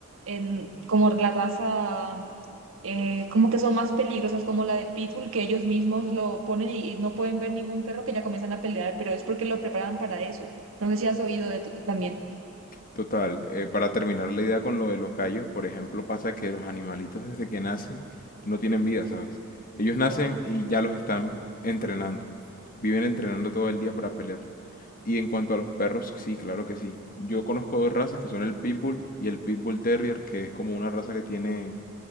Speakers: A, on the right (about 65°); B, on the left (about 40°).
A: en, como la raza eh, como que son más peligrosas, como la de Pitbull, que ellos mismos lo ponen y, y no pueden ver ningún perro que ya comienzan a pelear, pero es porque lo preparan para eso. No sé si has oído de to- también.
B: Total, eh, para terminar la idea con lo de los gallos, por ejemplo, pasa que los animalitos desde que nacen no tienen vida, ¿sabes? Ellos nacen
A: Pobre.
B: y ya los están entrenando. Viven entrenando todo el día para pelear. Y en cuanto a los perros, sí, claro que sí. Yo conozco dos razas que son el Pitbull y el Pitbull Terrier, que es como una raza que tiene...